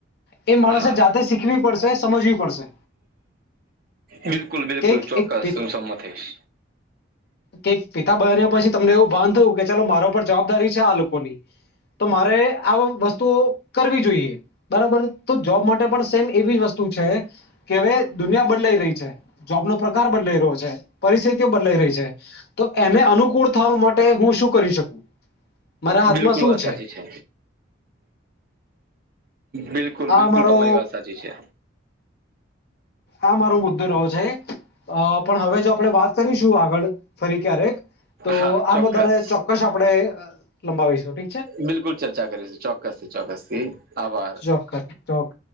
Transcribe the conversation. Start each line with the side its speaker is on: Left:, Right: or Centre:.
Left: એ માણસે
Right: હા
Left: જાતે શીખવી પડશે સમજવી પડશે.
Right: બિલકુલ બિલકુલ
Left: કેક
Right: ચોક્કસ
Left: એક
Right: હું સંમત થઈશ
Left: કેક પિતા બન્યા પછી તમને એવું ભાન થયું કે ચાલો મારો પર જવાબદારી છે આ લોકોની તો મારે આ વસ્તુઓ કરવી જોઈએ બરાબર તો જોબ માટે પણ સેમ એવી વસ્તુ છે કે હવે દુનિયા બદલાઈ રહી છે. જોબનો પ્રકાર બદલાઈ રહ્યો છે પરિસ્થિતિઓ બદલાઈ રહી છે તો એને અનુકૂળ થવા માટે હું શું કરી શકું. મારા હાથમાં
Right: બિલકુલ
Left: શું
Right: આ સાચી છે. બિલકુલ બિલકુલ
Left: આ મારો
Right: તમારી વાત સાચી છે.
Left: આ મારો મુદ્દો રહ્યો છે પણ હવે જો આપણે વાત કરીશું આગળ ફરી ક્યારેક. તો
Right: હા ચોક્કસ
Left: આ બધાને ચોક્કસ આપડણે લંબાવી સ સુટી
Right: બિલકુલ ચર્ચા કરીશ ચોક્કસથી ચોક્કસથી. આભાર
Left: ચોકટ ચોક